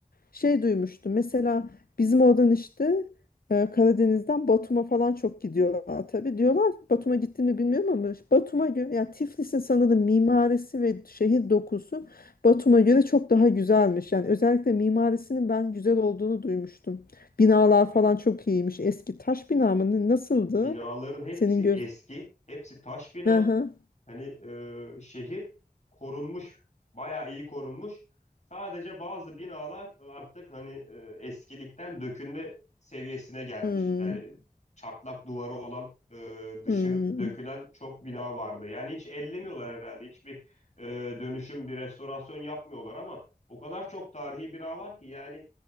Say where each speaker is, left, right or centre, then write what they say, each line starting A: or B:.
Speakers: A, on the left; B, on the left.
A: Şey duymuştum mesela bizim oradan işte e, Karadeniz'den Batum'a falan çok gidiyorlar tabii. Diyorlar ki, Batum'a gittiğini bilmiyorum ama işte Batum'a göre ya Tiflis'in sanırım mimarisi ve şehir dokusu Batum'a göre çok daha güzelmiş. Yani özellikle mimarisinin ben güzel olduğunu duymuştum. Binalar falan çok iyiymiş. Eski taş bina mı nasıldı?
B: Binaların hepsi
A: Senin
B: eski.
A: göz...
B: Hepsi taş bina.
A: Aha.
B: Hani e, şehir korunmuş, bayağı iyi korunmuş. Sadece bazı binalar artık hani e, eskilikten dökülme seviyesine gelmiş.
A: Hmm.
B: Yani çatlak duvarı olan, e, dışı
A: Hmm.
B: dökülen çok bina vardı. Yani hiç ellemiyorlar herhalde. Hiçbir e, dönüşüm, bir restorasyon yapmıyorlar ama o kadar çok tarihi bina var ki yani